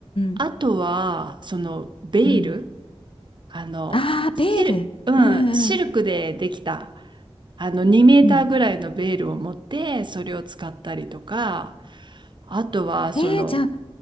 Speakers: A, on the right; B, on the left.
A: あとはそのベイル
B: んうん。
A: あの、
B: ああ、
A: シル、
B: ベール。
A: うん、
B: うんうんうん。
A: シルクでできた、あの、2メーターぐらいのベールを持って、
B: うん
A: それを使ったりとか、あとは、その、
B: えー、じゃあ、